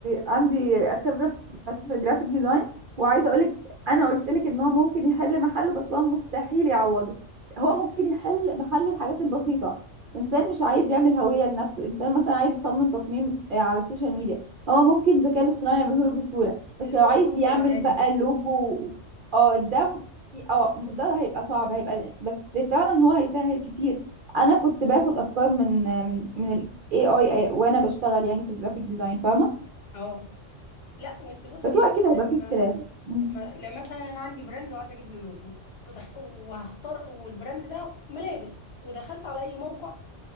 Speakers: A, on the right; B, on the left.
A: عندي خبره في- بس في الجرافيك ديزاين وعايزه اقول لك انا قلت لك ان هو ممكن يحل محله بس هو مستحيل يعوضه هو ممكن يحل محل الحاجات البسيطه انسان مش عايز يعمل هويه لنفسه انسان مثلا عايز يصمم تصميم آه، على السوشيال ميديا هو ممكن الذكاء الاصطناعي يعمله له بسهوله
B: اللي
A: بس لو
B: هو
A: عايز
B: اللوجو
A: يعمل
B: العادي
A: بقى لوجو اه ده م- اه ده هيبقى صعب هيبقى بس فعلا هو هيسهل كتير انا كنت باخد افكار من آم، من اي اي وانا بشتغل يعني في الجرافيك ديزاين فاهمه
B: اه لا وانت بصي
A: بس هو اكيد
B: انت لما
A: هيبقى فيه اختلاف امم
B: لما لما مثلا انا عندي براند وعايزه اجيب له لوجو ودخ... وهختار والبراند ده ملابس ودخلت على اي موقع